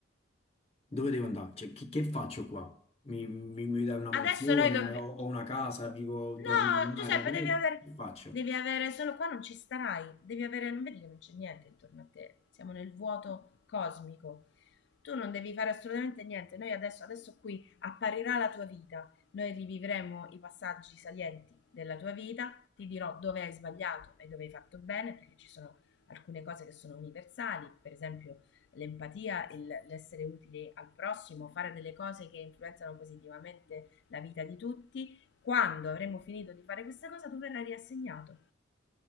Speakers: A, on the left; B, on the left.
A: dove devo andare? Cioè, chi- che faccio qua? Mi, mi, mi dai una
B: adesso
A: mansione,
B: noi dobbiamo...
A: eh, ho, ho una casa, vivo, dormo
B: No,
A: in un'area,
B: Giuseppe,
A: dove
B: devi avere,
A: che faccio?
B: devi avere, solo qua non ci starai, devi avere, non vedi che non c'è niente intorno a te, siamo nel vuoto cosmico. Tu non devi fare assolutamente niente, noi adesso, adesso qui apparirà la tua vita, noi rivivremo i passaggi salienti della tua vita, ti dirò dove hai sbagliato e dove hai fatto bene, perché ci sono alcune cose che sono universali, per esempio l'empatia, il- l'essere utile al prossimo, fare delle cose che influenzano positivamente la vita di tutti quando avremo finito di fare questa cosa tu verrai riassegnato.